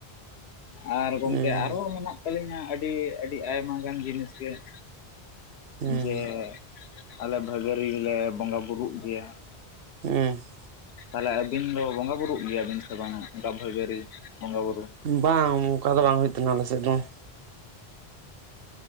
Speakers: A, on the left; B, on the right.
A: ᱟᱨ ᱜᱚᱝᱠᱮ
B: ᱦᱩᱸ
A: ᱟᱨᱦᱚᱸ ᱢᱮᱱᱟᱜ ᱠᱚ ᱟᱹᱞᱤᱧᱟᱜ ᱟᱹᱰᱤ ᱟᱹᱰᱤ ᱟᱭᱢᱟ ᱜᱟᱱ ᱡᱤᱱᱤᱥ ᱜᱮ ᱾
B: ᱦᱩᱸ
A: ᱡᱮ ᱟᱞᱮ ᱵᱷᱟᱹᱜᱟᱹᱲᱤ ᱨᱮᱞᱮ ᱵᱚᱸᱜᱟ ᱵᱩᱨᱩᱜ ᱜᱮᱭᱟ ᱾
B: ᱦᱮᱸ ᱾
A: ᱛᱟᱦᱚᱞᱮ ᱟᱹᱵᱤᱱ ᱫᱚ ᱵᱚᱸᱜᱟ ᱵᱩᱨᱩᱜ ᱜᱮᱭᱟ ᱵᱤᱱ ᱥᱮ ᱵᱟᱝᱟ ᱚᱱᱠᱟ ᱵᱷᱟᱹᱜᱟᱹᱨᱤ ᱵᱚᱸᱜᱟ ᱵᱩᱨᱩ?
B: ᱵᱟᱝ ᱚᱱᱠᱟ ᱫᱚ ᱵᱟᱝ ᱦᱩᱭᱩᱜ ᱛᱟᱦᱮᱱᱟ ᱟᱞᱮ ᱥᱮᱫ ᱫᱚ ᱾